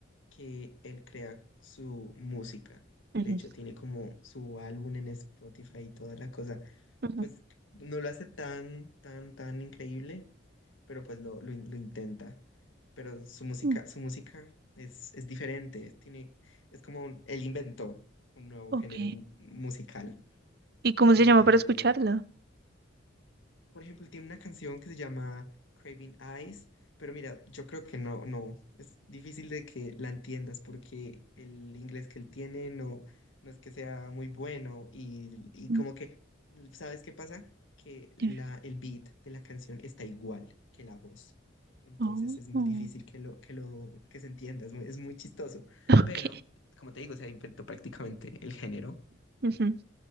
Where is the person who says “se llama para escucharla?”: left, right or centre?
Right